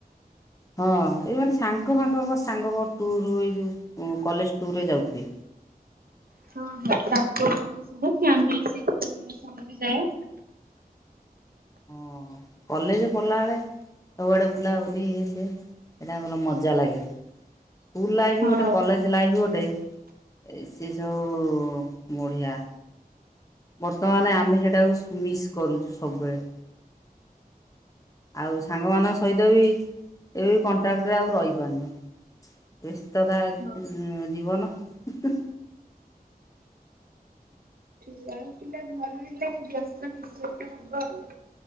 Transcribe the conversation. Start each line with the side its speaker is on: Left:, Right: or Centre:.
Left: ହଁ ଏଇ ମାନେ ସାଙ୍ଗ ସାଙ୍ଗଙ୍କ ସାଙ୍ଗ ଟୁୁର ଏଇ ଯୋଉ କଲେଜ ଟୁୁର ରେ ଯାଉଥିବେ।
Right: ହଁ ହଁ ତାଙ୍କ ସହ କି ଫ୍ୟାମିଲୀ ଟ୍ରିପ ଆମେ ସମସ୍ତେ ଯାଏ
Left: ଓ କଲେଜ ପଡ୍ଲା ବେଳେ ସବୁଆଡେ ବୁଲାବୁଲି ଇଏ ସିଏ ସେଇଟା ଭଲ ମଜା ଲାଗେ। ସ୍କୁଲ ଲାଇଫ୍
Right: ହଁ।
Left: ଗୋଟେ କଲେଜ ଲାଇଫ୍ ଗୋଟେ ଏ ସେ ସବୁ ମୁଢ଼ିଆ। ବର୍ତ୍ତମାନ ଆମେ ସେଇଟାକୁ ସୁ ମିସ୍ କରୁଚୁ ସବୁବେଳେ। ଆଉ ସାଙ୍ଗମାନଙ୍କ ସହିତ ବି ଏବେ କଣ୍ଟ୍ରାକ୍ଟରେ ଆଉ ରହିପାରୁନି ବ୍ୟସ୍ତତା
Right: ହଁ
Left: ହୁଁ ଜୀବନ ହ।
Right: ଯେଉଁ ପିଲା ଘର ହେଲା ବ୍ୟସ୍ତ ବିଶେସ ହବ ଆଉ।